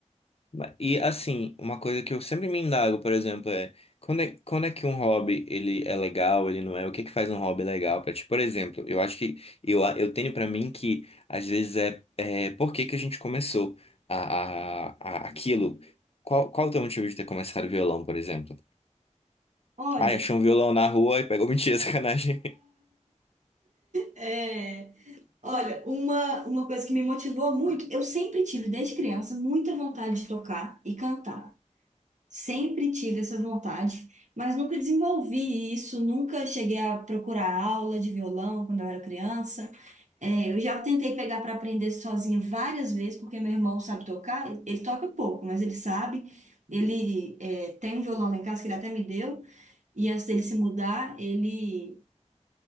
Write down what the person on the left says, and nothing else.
Ma- E assim, uma coisa que eu sempre me indago, por exemplo, é quando é, quando é que um hobby ele é legal, ele não é? O que é que faz um hobby legal pra ti? Por exemplo, eu acho que eu, a- eu tenho pra mim que às vezes é, é por que que a gente começou a, a, a- aquilo? Qual, qual o teu motivo de ter começado violão, por exemplo?
Ah, achou um violão na rua e pegou <laughs> mentira, sacanagem.